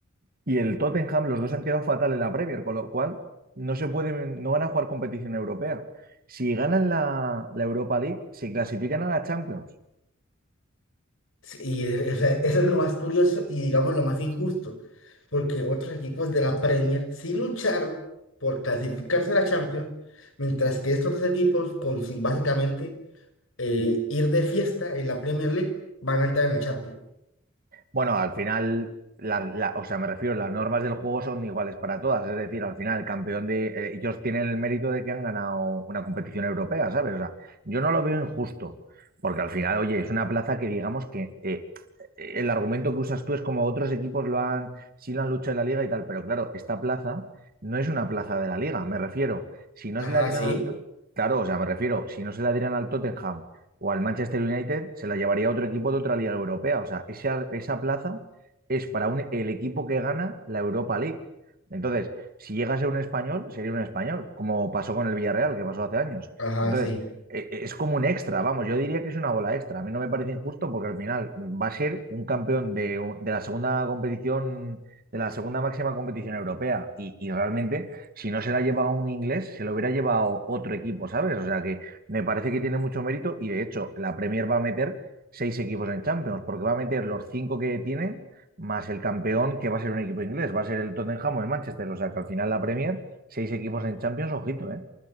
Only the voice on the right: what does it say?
y el Tottenham, los dos han quedado fatal en la Premier, con lo cual no se pueden, no van a jugar competición europea. Si ganan la, la Europa League, se clasifican a la Champions.
Bueno, al final, la- la- o sea, me refiero, las normas del juego son iguales para todas. Es decir, al final, el campeón de. eh, ellos tienen el mérito de que han ganado una competición europea, ¿sabes? O sea, yo no lo veo injusto, porque al final, oye, es una plaza que digamos que eh, eh, el argumento que usas tú es como otros equipos lo han, sí lo han luchado en la liga y tal, pero claro, esta plaza no es una plaza de la liga, me refiero. Si no
se la dieran
al. To- Claro, o sea, me refiero, si no se la dieran al Tottenham o al Manchester United, se la llevaría a otro equipo de otra liga europea. O sea, esa, esa plaza es para un- el equipo que gana la Europa League. Entonces, si llega a ser un español, sería un español, como pasó con el Villarreal, que pasó hace años.
Entonces,
e- e- es como un extra, vamos, yo diría que es una bola extra. A mí no me parece injusto porque al final va a ser un campeón de, un- de la segunda competición, de la segunda máxima competición europea. Y, y realmente, si no se la lleva un inglés, se lo hubiera llevado otro equipo, ¿sabes? O sea que me parece que tiene mucho mérito y de hecho la Premier va a meter seis equipos en Champions, porque va a meter los cinco que tienen más el campeón que va a ser un equipo inglés, va a ser el Tottenham o el Manchester. O sea que al final la Premier, seis equipos en Champions, ojito, ¿eh?